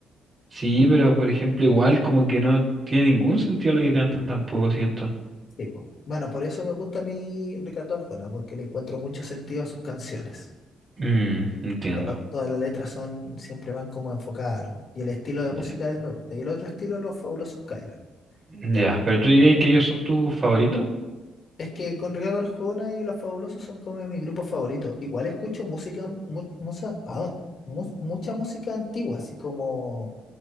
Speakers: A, on the right; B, on the left.
A: Sí, pero por ejemplo, igual como que no tiene ningún sentido lo que cantan tampoco, siento.
B: Sí, po. Bueno, por eso me gusta a mí Ricardo Arjona, porque le encuentro mucho sentido a sus canciones.
A: Mm, entiendo.
B: To- Todas las letras son, siempre van como enfocadas a algo. Y el estilo de
A: Ya.
B: música de él me gusta. Y el otro estilo, Los Fabulosos Kylan,
A: Ya,
B: que también
A: pero
B: es
A: tú
B: estilo.
A: dirías que ellos son tus favoritos.
B: Es que con Ricardo Arjona y Los Fabulosos son como mis grupos favoritos. Igual escucho música, mu- mucha, ah, mu- mucha música antigua, así como